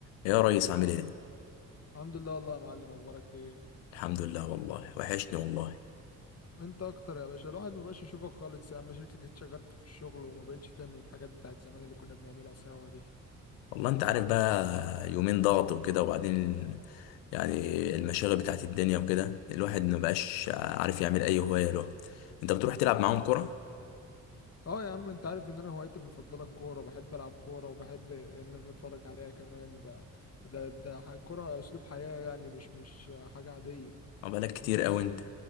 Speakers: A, on the left; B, on the left.
A: يا ريس عامل ايه؟
B: الحمد لله والله يا معلم اخبارك ايه
A: الحمد لله والله وحشني والله
B: انت اكتر يا باشا الواحد ما بقاش يشوفك خالص يا عم شكلك اتشغلت في الشغل وما بقتش تعمل الحاجات بتاعت زمان اللي كنا بنعملها سوا دي
A: والله انت عارف بقى يومين ضغط وكده وبعدين يعني المشاغل بتاعت الدنيا وكده الواحد ما بقاش عارف يعمل اي هواية له انت بتروح تلعب معاهم كرة؟
B: اه يا عم انت عارف ان انا هوايتي المفضله الكوره بحب العب كوره وبحب ان انا اتفرج عليها كمان ده ده ده ح- الكوره اسلوب حياه يعني مش مش حاجه عاديه
A: اه بقالك كتير
B: انت بتحب
A: قوي انت